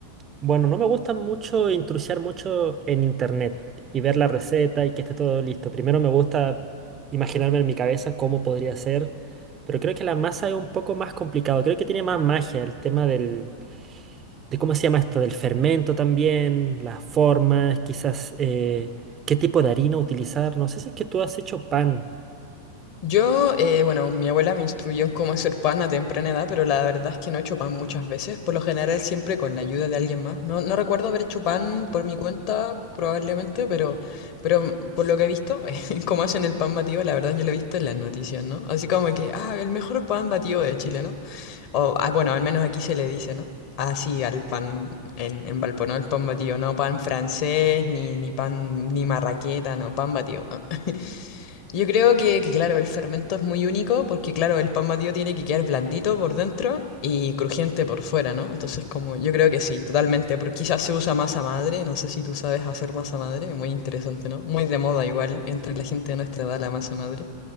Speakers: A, on the right; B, on the left.
A: bueno, no me gusta mucho intrusiar mucho en internet y ver la receta y que esté todo listo. Primero me gusta imaginarme en mi cabeza cómo podría ser, pero creo que la masa es un poco más complicado. Creo que tiene más magia el tema del, de cómo se llama esto, del fermento también, las formas, quizás eh, qué tipo de harina utilizar. No sé si es que tú has hecho pan.
B: Yo, eh, bueno, mi abuela me instruyó en cómo hacer pan a temprana edad, pero la verdad es que no he hecho pan muchas veces, por lo general siempre con la ayuda de alguien más. No, no recuerdo haber hecho pan por mi cuenta, probablemente, pero, pero por lo que he visto, <laughs> cómo hacen el pan batido, la verdad yo lo he visto en las noticias, ¿no? Así como que, ah, el mejor pan batido de Chile, ¿no? O, ah, bueno, al menos aquí se le dice, ¿no? Así al pan en, en Valpo, ¿no? El pan batido, no pan francés, ni, ni pan, ni marraqueta, no, pan batido. ah. Yo creo que, que, claro, el fermento es muy único porque, claro, el pan batido tiene que quedar blandito por dentro y crujiente por fuera, ¿no? Entonces, como, yo creo que sí, totalmente, pero quizás se usa masa madre, no sé si tú sabes hacer masa madre, muy interesante, ¿no? Muy de moda igual entre la gente de nuestra edad la masa madre,